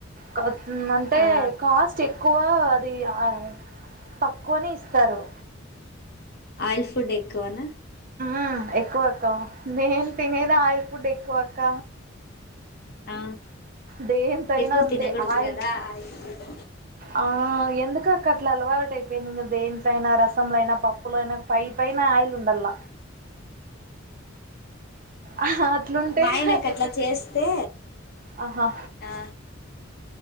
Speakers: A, on the right; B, on the left.
A: క ఊమ్ అంటే
B: ఆ
A: కాస్ట్ ఎక్ కువా అది ఆ తక్కువనే ఇస్తారు
B: ఆయిల్ ఫుడ్ ఎక్కువన
A: ఆ ఎక్కువక్క నేన్ తినేదే ఆయిల్ ఫుడ్ ఎక్కువక్క
B: ఆ
A: దేంతైన
B: ఎక్కువ
A: అంతే
B: తినకూడదు
A: ఆయిల్
B: కదా ఆయిల్ ఫుడ్
A: ఆ ఎందుక కట్ల అలువాటైపోయింది దేంట్లైన రసంల అయిన పప్పులైన పై పైన ఆయిల్ ఉండాల్ల అహ అట్లుంటేనే
B: మా ఆయనకు
A: హే
B: అట్లా
A: ఎందు
B: చేస్తే
A: అహా
B: ఆ